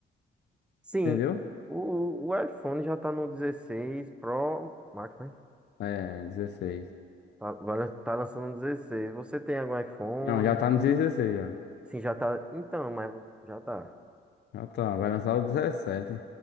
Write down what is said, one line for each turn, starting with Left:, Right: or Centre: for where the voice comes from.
Centre: Sim,
Left: entendeu?
Centre: o, o iPhone já tá no 16 Pro Max, né?
Left: É, 16.
Centre: Tá, vai- lan- tá lançando um 16. Você tem algum iPhone?
Left: Não, já tá no 16 já.
Centre: Sim, já tá. Então, mas já tá.
Left: Ah, tá. Vai lançar o dezessete